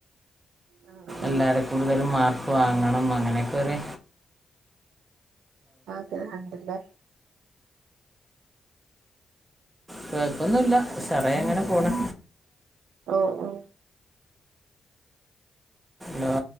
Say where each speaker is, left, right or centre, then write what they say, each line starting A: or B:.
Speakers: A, on the right (about 85°); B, on the right (about 20°).
A: ആ ആ
B: എല്ലാരെക്കൂടുതലും മാർ വാങ്ങണം അങ്ങനെക്കൊര്
A: ആക്കെ അണ്ട്ല്ല
B: കൊഴപ്പൊന്നൂല്ല ഉശാറായങ്ങനെ പോണ്.
A: ഓ ഓ
B: ഹലോ